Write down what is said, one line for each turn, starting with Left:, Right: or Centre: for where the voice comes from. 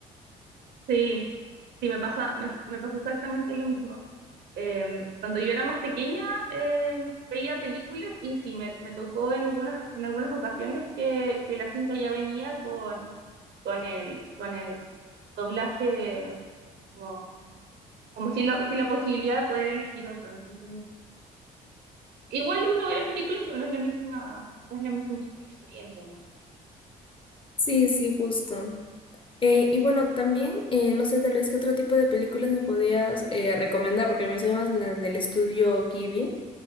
Right: sí, sí, me pasa, me, me pasa exactamente lo mismo. Eh, cuando yo era más pequeña, eh, veía películas y sí, me, me tocó en algunas, en algunas ocasiones que, que la cinta ya venía con, con el, con el doblaje, como, como si, lo, si la posibilidad de poder elegir otro. Entonces, Igual uno ve la película, pero no es la misma, no es la misma experiencia en realidad.
Left: Sí, sí, justo. Eh, y bueno, también, eh, no sé, tal vez qué otro tipo de películas me podías eh, recomendar, porque mencionabas las del estudio Ghibli.